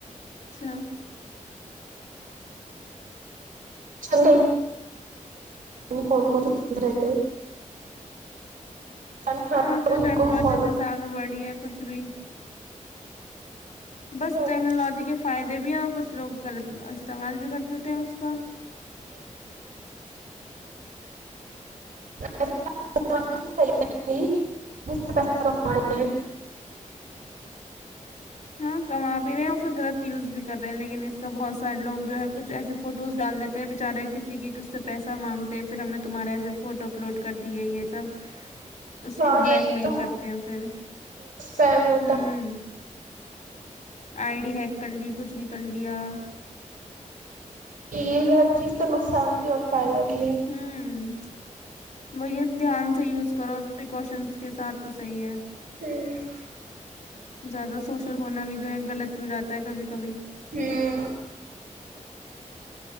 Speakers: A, on the left; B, on the right.
A: اچھا <inaudible>
B: چل کون کون کھیل رہتے ان
A: ہاں اب تو ٹیکنالوجیسس
B: کو فالو
A: آگے بڑھی ہے کچھ بھی بس
B: ہاں
A: ٹیکنالوجی کے فائدے بھی ہیں اور کچھ لوگ غلط استعمال بھی کر دیتے ہیں اس کا
B: <inaudible>
A: ہاں کما بھی رہے ہیں اور پھر غلط یوز بھی کر رہے ہیں لیکن اس کا بہت سارے لوگ جو ہے کچھ ایسے فوٹوز ڈال دیتے ہیں بچارے کسی کی اس سے پیسہ مانگتے ہیں پھر ہم نے تمہارے ایسے فوٹو اپلوڈ کر دی ہے یہ سب اس
B: یہ
A: کو بلیک
B: بھی
A: میل
B: تو
A: کرتے ہیں پھر
B: اسپیم ہوتا
A: ہوں آئی ڈی ہیک کر لی کچھ بھی کر لیا
B: یہ ہر چیز تو نقصان بھی ہو فائدہ بھی ہے
A: ہوں وہ یہ دھیان سے یوز کرو پریکاشنز کے ساتھ تو صحیح ہے
B: ہوں <unintelligible>
A: زیادہ سوشل ہونا بھی جو ہے غلط ہی ہو جاتا ہے کبھی کبھی
B: ہوں <unintelligible>